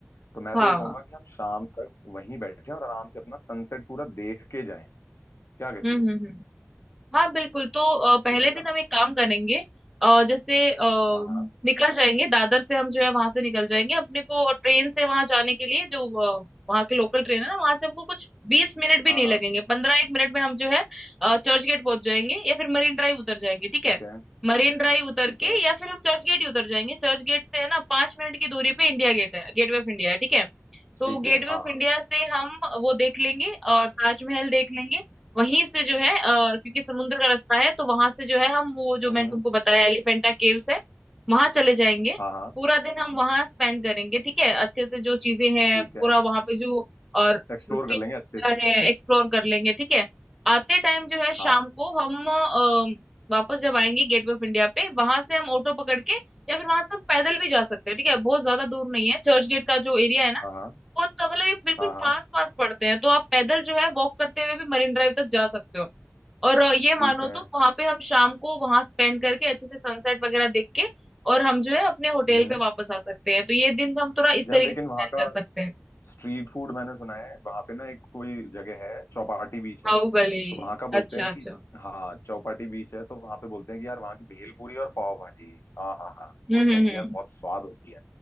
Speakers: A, on the left; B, in the centre.
A: तो मैं
B: हाँ
A: तो ये कहूंगा कि हम शाम तक वहीं बैठे और आराम से अपना सनसेट पूरा देख के जाएं क्या कहती
B: हम्म
A: हो
B: हम्म हम्म हाँ बिल्कुल तो अ,
A: सही
B: पहले
A: रहेगा
B: दिन
A: ना
B: हम एक काम करेंगे अ, जैसे अ,
A: हाँ हाँ
B: निकल जाएंगे दादर से हम जो है वहां से निकल जाएंगे अपने को ट्रेन से वहां जाने के लिए जो अ, वहाँ के लोकल ट्रेन है ना वहां से हमको कुछ बीस मिनट भी
A: हाँ
B: नहीं
A: हाँ
B: लगेंगे पंद्रह एक मिनट में हम जो है अ, चर्च गेट पहुंच जाएंगे या फिर मरीन ड्राइव उतर जाएंगे ठीक
A: ठीक
B: है
A: है
B: मरीन ड्राइव उतर
A: ठीक
B: के
A: है
B: या फिर हम चर्च गेट ही उतर जाएंगे चर्च गेट से है ना पांच मिनट की दूरी पे इंडिया गेट है गेटवे ऑफ इंडिया है ठीक है तो
A: ठीक
B: गेटवे
A: है हाँ
B: ऑफ
A: हाँ
B: इंडिया से हम वो देख लेंगे और ताजमहल देख लेंगे वहीं से जो है अ, क्योंकि समुद्र का रास्ता है तो वहां से जो है हम वो जो
A: हम्म
B: मैंने
A: हम्म,
B: तुमको बताया एलिफेंटा केव्स है वहां चले जाएंगे
A: हाँ हाँ
B: पूरा दिन हम वहां स्पेंड करेंगे ठीक है अच्छे से जो चीजें हैं
A: ठीक है
B: पूरा वहां पे जो और
A: एक्सप्लोर
B: cave
A: कर लेंगे अच्छे
B: वगैरह
A: से
B: है एक्सप्लोर कर लेंगे ठीक है आते टाइम जो है शाम
A: हाँ
B: को हम अ, वापस जब आएंगे गेटवे ऑफ इंडिया पे वहां से हम ऑटो पकड़ के या फिर वहां से हम पैदल भी जा सकते हैं ठीक है बहुत ज्यादा दूर नहीं है चर्च गेट का जो एरिया है ना
A: हाँ
B: वो तो मतलब ये बिल्कुल
A: हाँ हाँ
B: पास
A: हाँ
B: पास पड़ते हैं तो आप पैदल जो है वॉक करते हुए भी मरीन ड्राइव तक जा सकते हो और अ, ये
A: ठीक
B: मानो
A: है
B: तो वहां पे हम शाम को वहां स्पेंड करके अच्छे से सनसेट वगैरह देख के और हम जो है अपने होटल
A: हम्म
B: पे वापस आ सकते हैं तो ये दिन हम थोड़ा इस
A: यार
B: तरीके
A: लेकिन
B: से
A: वहाँ
B: प्लान
A: का
B: कर सकते हैं
A: स्ट्रीट फूड मैंने सुना है वहाँ पे ना एक कोई जगह है चौपाटी बीच
B: खाऊ
A: है
B: गली
A: तो वहाँ का बोलते
B: अच्छा
A: हैं कि
B: अच्छा
A: हाँ चौपाटी बीच है तो वहाँ पे बोलते हैं कि यार वहाँ की भेल पूरी और पाव भाजी हाँ हाँ हाँ
B: हम्म
A: बोलते
B: हम्म
A: हैं
B: हम्म
A: कि यार बहुत स्वाद होती है